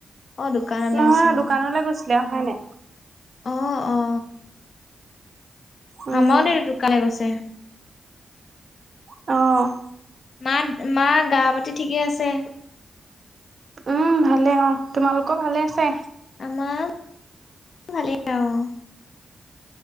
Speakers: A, on the left; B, on the right.
A: অ' দোকানলৈ
B: নহয়
A: গৈছে অ'
B: দোকানলৈ গৈছিল। বেয়া হয় নাই?
A: অ, অ।
B: উম,
A: আমাৰও দে দোকানে গৈছে।
B: অ'।
A: মা, মা গা পাতি ঠিকেই আছে?
B: উম, ভালে অঁ, তোমালোকৰ ভালে আছে?
A: আমাৰ ভালেই আৰু অঁ।